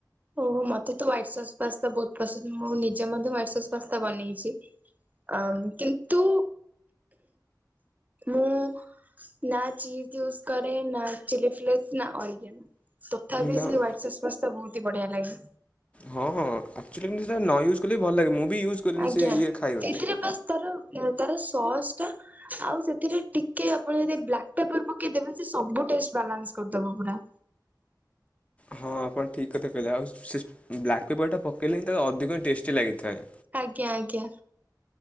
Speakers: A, on the right; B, on the left.
A: ଓୋ ମତେ ତ ୱାଇଟ ସସ୍ ପାସ୍ତା ବହୁତ ପସନ୍ଦ ମୁଁ ନିଜେ ମଧ୍ୟ ୱାଇଟ ସସ୍ ପାସ୍ତା ବନେଇଛି। ଆ କିନ୍ତୁ ମୁଁ ନା ଚିଜ ୟୁଜ କରେ ନା ଚିଲି ଫ୍ଲେକ୍ସ। ନା ଅଜ୍ଞାନ ତଥାପି
B: ନା
A: ସେ ହାଇଟସ୍ସ୍ ବହୁତ ହି ବଢିଆ ଲାଗେ।
B: ହଁ ହଁଚ ନ ୟୁଜ୍ କଲେ ବି ଭଲ ଲାଗେ ମୁଁ ବି ୟୁଜ୍ କନି
A: ଆଜ୍ଞା।
B: ସେ ଇଏ ଖାଇବାରେ।
A: ସେଇଥିରେ ବାସ୍ ତାର ତାର ସସ୍ ଟା ଆଉ ସେଥିରେ ଟିକେ ଆପଣ ଯଦି ବ୍ଲାକ୍ ପେପର ପକେଇଦବେ ସେ ସବୁ ଟେଷ୍ଟ ବାଲାନ୍ସ କରିଦବ ପୁରା।
B: ହଁ ଆପଣ ଠିକ୍ କଥା କହିଲେ ଆଉ ସେ ବ୍ଲାକ୍ ବି ପେପର ଟା ପକେଇଲେ ହିଁ ତାକୁ ଅଧିକ ଟେଷ୍ଟ ଲାଗିଥାଏ।
A: ଆଜ୍ଞା ଆଜ୍ଞା।